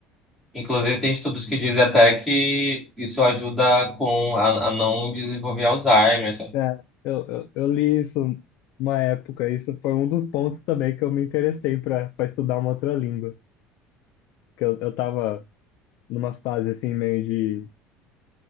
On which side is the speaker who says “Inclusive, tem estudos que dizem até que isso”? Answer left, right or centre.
Centre